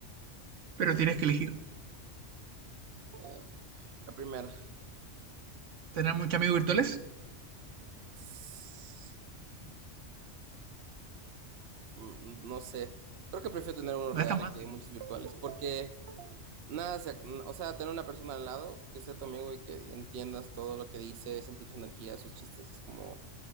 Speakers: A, on the right; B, on the right.
A: Pero tienes que elegir.
B: Eh, la primera.
A: ¿Tener muchos amigos virtuales?
B: S- mm, No sé. Creo que prefiero tener uno
A: No
B: real
A: es tan fácil.
B: que muchos virtuales porque nada, se o sea, tener una persona al lado que sea tu amigo y que entiendas todo lo que dice, sentir su energía, sus chistes, es como,